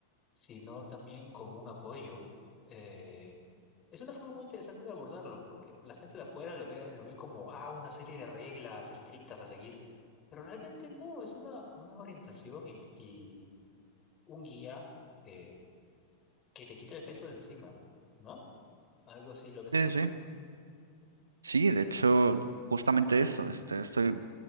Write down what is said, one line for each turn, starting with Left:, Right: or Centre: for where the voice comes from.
Left: sino también como un apoyo. Eh, es una forma muy interesante de abordarlo, porque la gente de afuera lo ve, lo ve como, ah, una serie de reglas estrictas a seguir, pero realmente no, es una, una orientación y, y un guía que, que te quita el peso de encima, ¿no? Algo así, ¿lo ves
Right: Sí,
Left: tú así?
Right: sí. Sí, de hecho, justamente eso. Este, estoy